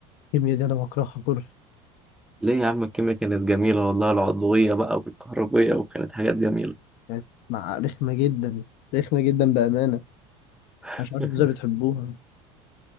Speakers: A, on the left (about 65°); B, in the centre.
A: الكيمياء دي انا بكرهها كره
B: ليه يا عم الكيمياء كانت جميلة والله العضوية بقى والكهربية وكانت حاجات جميلة
A: كانت مع رخمه جدا رخمه جدا بامانه
B: <laughs>
A: مش عارف انتوا ازاي بتحبوها